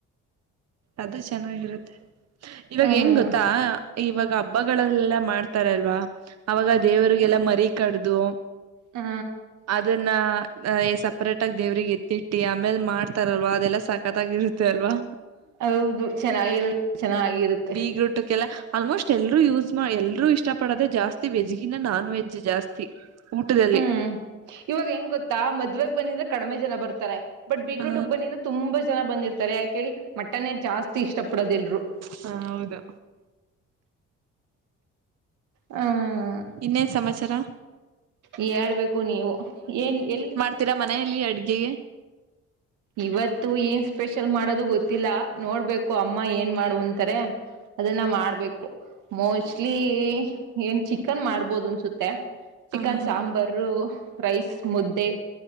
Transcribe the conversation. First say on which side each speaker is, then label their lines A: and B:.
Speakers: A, on the right (about 55°); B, on the right (about 80°).
A: ಅದು ಚೆನ್ನಾಗಿರುತ್ತೆ ಇವಾಗ
B: ಹ್ಮ್
A: ಹೆಂಗ ಗೊತ್ತಾ ಇವಾಗ ಹಬ್ಬಗಳಲ್ಲೆಲ್ಲ ಮಾಡ್ತಾರ ಅಲ್ವಾ ಅವವಾಗ ದೇವರಿಗೆಲ್ಲ ಮರಿ ಕಡ್ದು
B: ಹು
A: ಅದನ್ನ ಸಪ್ರೇಟ್ ಆಗ ದೇವ್ರಿಗೆ ಎತ್ತಿಟ್ಟಿ ಆಮೇಲ್ ಮಾಡ್ತಾರಲ್ವಾ ಅದೆಲ್ಲ ಸಕತ್ಾಗಿರುತ್ತ ಅಲ್ವಾ
B: ಹೌದು ಚೆನ್ನಾಗಿರು ಚೆನ್ನಾಗಿರುತ್ತೆ
A: ಈಟಕ್ಕೆಲ್ಲ ಆಲ್ಮೋಸ್ಟ್ ಎಲ್ಲರೂ ಯೂಸ್ ಮಾಡ ಎಲ್ರೂ ಇಷ್ಟ ಪಡೋದೆ ಜಾಸ್ತಿ ವೆಜ್ಗಿಂತ ನಾನ್ ವೆಜ್ ಜಾಸ್ತಿ ಊಟದಲ್ಲಿ
B: ಹ್ಮ್ ಇವಾಗ ಏನ್ ಗೊತ್ತಾ ಮದ್ವೆಗ್ ಬನ್ನಿದ್ರೆ ಕಡಿಮೆ ಜನ ಬರ್ತಾರೆ ಬಟ್ ಬೀಗ್ರೂಟ್ಗ್
A: ಹ
B: ಬನ್ನಿದ್ರೆ ತುಂಬಾ ಜನ ಬಂದಿರ್ತಾರೆ ಯಾಕೇಳಿ ಮಟನ್ ಜಾಸ್ತಿ ಇಷ್ಟ ಪಡೋದಲ್ರು
A: ಹ ಹೌದು.
B: ಹ್ಮ್
A: ಇನ್ನೇನು ಸಮಾಚರ
B: ಹೇಳ್ಬೇಕು ನೀವು ಏನ್ ಎಲ್ಲಿ
A: ಹತ್ತೀರಾ ಮನೆಯಲ್ಲಿ ಅಡ್ಗೆ
B: ಇವತ್ತು ಏನ್ ಸ್ಪೆಷಲ್ ಮಾಡೋದು ಗೊತ್ತಿಲ್ಲ ನೋಡ್ಬೇಕು ಅಮ್ಮ ಏನ್ ಮಾಡುವ ಅಂತಾರೆ ಅದನ್ನ
A: ಹ್ಮ
B: ಮಾಡ್ಬೇಕು ಮೋಸ್ಟ್ಲಿ ಏನ್ ಚಿಕನ್ ಮಾಡ್ಬೋದು ಅನ್ಸುತ್ತೆ ಚಿಕನ್
A: ಹ ಹಾ
B: ಸಾಂಬಾರ ರೈಸ್ ಮುದ್ದೆ